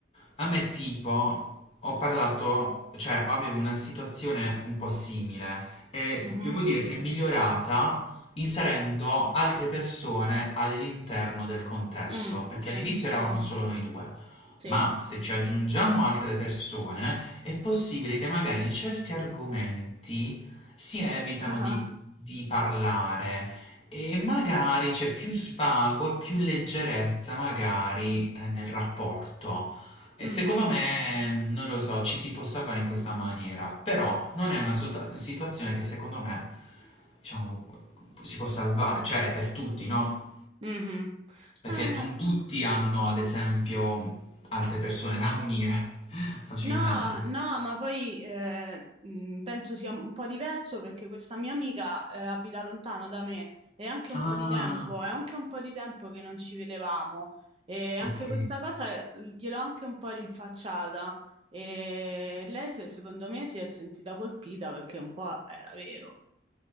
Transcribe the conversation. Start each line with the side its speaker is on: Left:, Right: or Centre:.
Left: A me tipo, ho parlato, cioè avevo una situazione un po' simile e
Right: Mhm.
Left: devo dire che è migliorata inserendo altre persone all'interno del contesto,
Right: Mm,
Left: perché all'inizio
Right: mm,
Left: eravamo solo noi due,
Right: sì.
Left: ma se ci aggiungiamo altre persone è possibile che magari certi argomenti si evitano
Right: Ah,
Left: di, di parlare e magari c'è più svago e più leggerezza magari eh, nel rapporto. E
Right: mhm,
Left: secondo me, non lo so, ci si può salvare in questa maniera, però non è una sota- situazione che secondo me, diciamo, si può salvare, cioè è per tutti, no?
Right: mhm.
Left: Perché
Right: Ah.
Left: non tutti hanno, ad esempio, altre persone da unire <laughs> facilmente.
Right: No, no, ma poi eh, mh, penso sia un po' diverso perché questa mia amica eh, abita lontano da me e anche un
Left: Ah,
Right: po' di tempo, è anche un po' di tempo che non ci vedevamo e anche
Left: ok.
Right: questa cosa eh, gliel'ho anche un po' rinfacciata e lei se- secondo me si è sentita colpita perché un po' era vero.